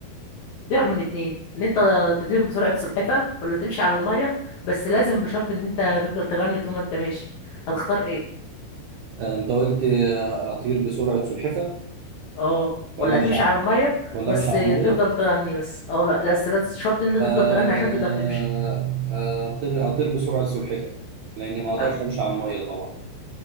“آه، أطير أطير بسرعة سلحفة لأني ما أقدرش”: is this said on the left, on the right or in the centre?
Right